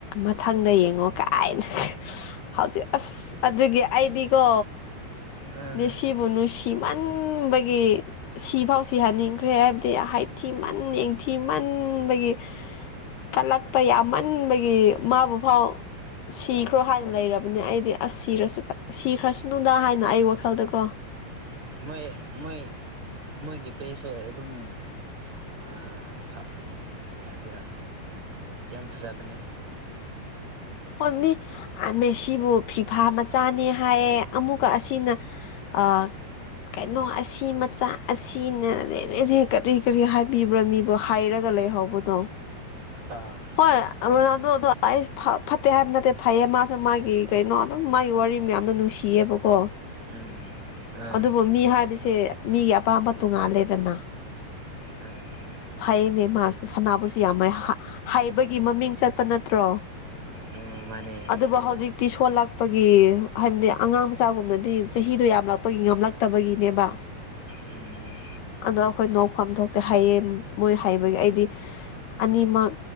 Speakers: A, on the left; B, on the right.
A: ꯃꯊꯪꯗ ꯌꯦꯡꯉꯣ ꯀꯥꯏꯅ ꯍꯧꯖꯤꯛ ꯑꯁ ꯑꯗꯨꯒꯤ ꯑꯩꯗꯤꯀꯣ
B: ꯑ
A: ꯃꯤꯁꯤ ꯃꯅꯨꯁꯤꯃꯥꯟ ꯕꯒꯤ ꯁꯤꯐꯥꯎꯁꯤ ꯍꯥꯟꯅꯤꯡꯈ꯭ꯔꯦ ꯍꯥꯏꯕꯗꯤ ꯍꯥꯏꯊꯤ ꯃꯟ ꯌꯦꯡꯊꯤ ꯃꯟꯕꯒꯤ ꯀꯜꯂꯛꯄ ꯌꯥꯝꯃꯟꯕꯒꯤ ꯃꯥꯕꯨ ꯐꯥꯎ ꯁꯤꯈ꯭ꯔꯣ ꯍꯥꯏꯅ ꯂꯩꯔꯕꯅꯦ ꯑꯩꯗꯤ ꯑꯁ ꯁꯤꯔꯁꯨ ꯁꯤꯈ꯭ꯔꯁꯅꯨꯗ ꯍꯥꯏꯅ ꯑꯩ ꯋꯥꯈꯜꯗ ꯀꯣ
B: <unintelligible> ꯃꯣꯏ ꯃꯣꯏꯒꯤ ꯄ꯭ꯂꯦꯁꯨ ꯑꯗꯨꯝ ꯑꯥ ꯀꯩ ꯍꯥꯏꯗꯣꯏꯔꯥ ꯌꯥꯝ ꯐꯖꯕꯅꯦ
A: ꯍꯣꯏ ꯃꯤ ꯃ‌ꯦꯁꯤꯕꯨ ꯐꯤꯐꯥ ꯃꯆꯥꯅꯤ ꯍꯥꯏꯌꯦ ꯑꯃꯨꯛꯀ ꯑꯁꯤꯅ ꯑꯥ ꯀꯩꯅꯣ ꯑꯁꯤ ꯃꯆꯥ ꯑꯁꯤ <unintelligible> ꯀꯔꯤ ꯀꯔꯤ ꯍꯥꯏꯕꯤꯕ꯭ꯔꯥ ꯃꯤꯕꯣ ꯍꯥꯏꯔꯒ ꯂꯩꯍꯧꯕꯗꯣ
B: ꯑꯥ
A: ꯍꯣꯏ‌ ꯔ‌ꯣꯅꯥꯜꯗ‌ꯣꯗ‌ꯣ ꯑꯩꯁꯨ ꯐ ꯐꯠꯇꯦ ꯍꯥꯏꯕ ꯅꯠꯇꯦ ꯐꯩꯌꯦ ꯃꯥꯁꯨ ꯃꯥꯒꯤ ꯀꯩꯅꯣ ꯑꯗꯨꯝ ꯃꯥꯒꯤ ꯋꯥꯔꯤ ꯃꯌꯥꯝꯅ ꯅꯨꯡꯁꯤꯌꯦꯕꯀꯣ
B: ꯎꯝ ꯑꯥ
A: ꯑꯗꯨꯕꯨ ꯃꯤ ꯍꯥꯏꯕꯁꯦ ꯃꯤꯒꯤ ꯑꯄꯥꯝꯕ ꯇꯣꯡꯉꯥꯜꯂꯦꯗꯅ
B: ꯎꯝ
A: ꯐꯩꯅꯦ ꯃꯥꯁꯨ ꯁꯅꯥꯕꯨꯁꯨ ꯌꯥꯝ ꯍꯥꯏꯩꯕꯒꯤ ꯃꯃꯤꯡ ꯆꯠꯄ ꯅꯠꯇ꯭ꯔꯣ
B: ꯎꯝ ꯃꯅꯦ
A: ꯑꯗꯨꯕꯨ ꯍꯧꯖꯤꯛꯇꯤ ꯁꯣꯜꯂꯛꯄꯒꯤ ꯍꯥꯏꯕꯗꯤ ꯑꯉꯥꯡ ꯃꯆꯥꯒꯨꯝꯅꯗꯤ ꯆꯍꯤꯗꯣ ꯌꯥꯝꯂꯞ ꯄꯩ ꯉꯝꯂꯛꯇꯕꯒꯤꯅꯦꯕ
B: ꯎꯝ
A: ꯑꯗꯣ ꯑꯩꯈꯣꯏ ꯅꯣꯛꯐꯝ ꯊꯣꯛꯇꯦ ꯍꯩꯌꯦ ꯃꯣꯏ ꯍꯩꯕꯒꯤ ꯑꯩꯗꯤ ꯑꯅꯤꯃꯛ